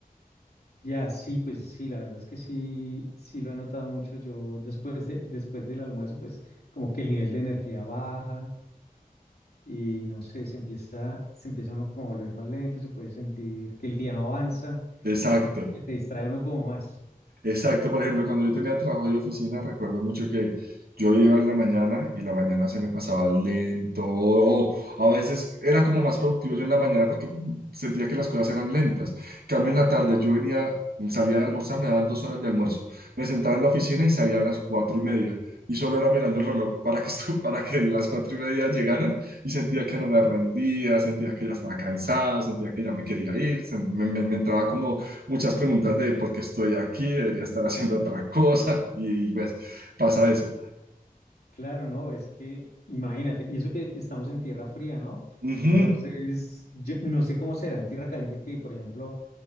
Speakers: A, on the left; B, on the right.
A: Ya, sí, pues sí, la verdad es que sí, sí lo he notado mucho. Yo después de, después del almuerzo, pues como que el nivel de energía baja y no sé, se empieza, se empieza uno como a volver más lento, se puede sentir que el día no avanza
B: Exacto.
A: y no sé, se distrae uno como más.
B: Exacto, por ejemplo, cuando yo tenía trabajo de oficina, recuerdo mucho que yo iba en la mañana y la mañana se me pasaba lento, o a veces era como más productivo yo en la mañana porque sentía que las cosas eran lentas. En Cambio en la tarde, yo venía, salía de almorzar, me daban dos horas de almuerzo, me sentaba en la oficina y salía a las cuatro y media y solo era mirando el reloj para que, esto, <laughs> para que las cuatro y media llegaran y sentía que no me rendía, sentía que ya estaba cansado, sentía que ya me quería ir, se- me me- me entraba como muchas preguntas de por qué estoy aquí, debería estar haciendo otra cosa <laughs> y, pues pasa eso.
A: Claro, no, es que imagínate, y eso que estamos en tierra fría, ¿no?
B: Ujú,
A: Entonces, yo no sé cómo será en tierra caliente que, por ejemplo,